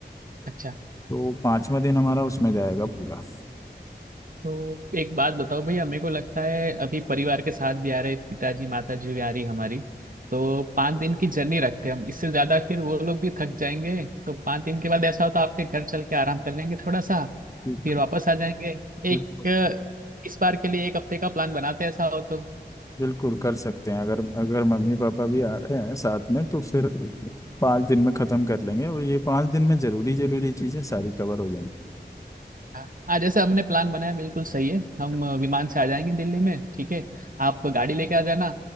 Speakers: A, on the right; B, on the left.
A: अच्छा
B: तो पांचवा दिन हमारा उसमें जाएगा पूरा
A: तो एक बात बताओ भैया मेरे को लगता है अभी परिवार के साथ भी आ रहे पिताजी माताजी भी आ रही हमारी तो पाँच दिन की जर्नी रखते हैं हम इससे ज्यादा फिर वो लोग भी थक जाएंगे तो पाँच दिन के बाद ऐसा हो तो आपके घर चल के आराम कर लेंगे थोड़ा सा
B: ठीक
A: फिर वापस आ जाएंगे
B: बिल्कुल
A: एक अ, इस बार के लिए एक हफ्ते का प्लान बनाते हैं ऐसा हो तो
B: बिल्कुल कर सकते हैं अगर अगर मम्मी पापा भी आ रहे हैं साथ में तो फिर पाँच दिन में ख़त्म कर लेंगे और ये पाँच दिन में ज़रूरी ज़रूरी चीज़ें सारी कवर हो
A: हाँ हाँ, जैसे हमने प्लान बनाया बिल्कुल सही है हम
B: जाएंगी
A: अ, विमान से आ जाएंगे दिल्ली में ठीक है आप गाड़ी लेके आ जाना